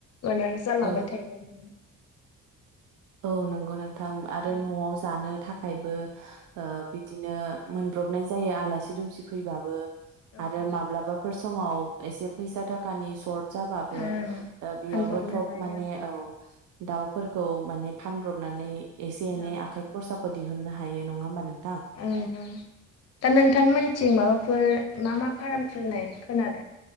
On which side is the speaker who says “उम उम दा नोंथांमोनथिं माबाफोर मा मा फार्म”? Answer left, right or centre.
Left